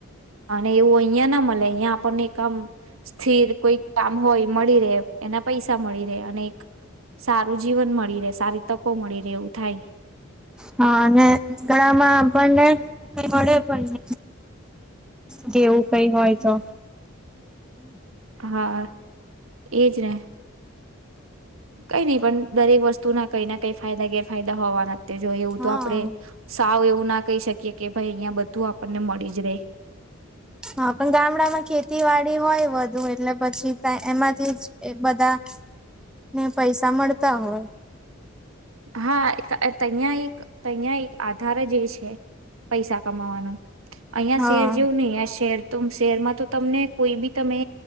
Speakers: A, on the right; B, in the centre.
A: અને એવું અહં ના મળે અહિયાં આપણને આમ સ્થિર કોઈ કામ હોય મળી રહે એના પૈસા મળી રહે અને એક સારું જીવન મળી રહે સારી તકો મળી રહે એવું થાય
B: હા અને ગળામાં આપણ નહી ક વડે પણ નહી કે એવું કઈ હોય તો.
A: હા એજને કઈ નહી પણ દરેક વસ્તુ ના કઈ ના કઈ ફાયદા ગેરફાયદા હોવાના જો એવું તો
B: હા
A: આપડે સાવ એવું ના કહી શકીએ કે ભાઈ અહિયાં બધું આપણને મળી જ રે.
B: હા પણ ગામડા માં ખેતી વાડી હોય વધુ હોય એટલે પછી એમાંથી જ બધા ને પૈસા મળતા હોય.
A: હા તહીયા એક તહીં એક આધાર જે છે પૈસા કમાવાનું. અહિયાં
B: હા
A: શેર જેવું નહી અ શેર તુમ શહેરમાં તો તમને કોઈ બી તમે